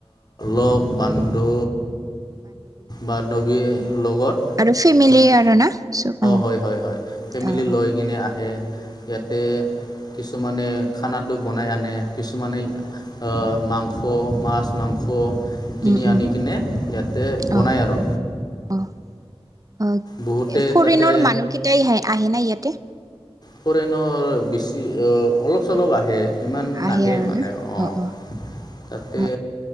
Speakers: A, on the left; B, on the right.
A: লগ বান্ধো বান্ধৱীৰ লগত
B: আৰু ফেমিল
A: মানে
B: আৰু না চব অঁ
A: হয় হয় হয় ফেমিলি
B: অঁ
A: লৈ
B: অঁ
A: কিনে আহে ইয়াতে কিছুমানে খানা টো বনাই আনে কিছুমানে আহ মাংস খ মাছ মাংস কিনি
B: উম উম
A: আনি কিনে ইয়াতে বনায়
B: অ
A: আৰু।
B: অ অহ
A: বহুতে
B: ফৰেনৰ
A: তাতে
B: মানুহ কেইটাই আহে নাই ইয়াতে
A: ফৰেনৰ বেছি অ অলপ চলপ আহে। ইমান
B: আহে
A: নাহে
B: আৰু
A: মানে
B: না
A: অঁ
B: অ অ
A: তাতে
B: অ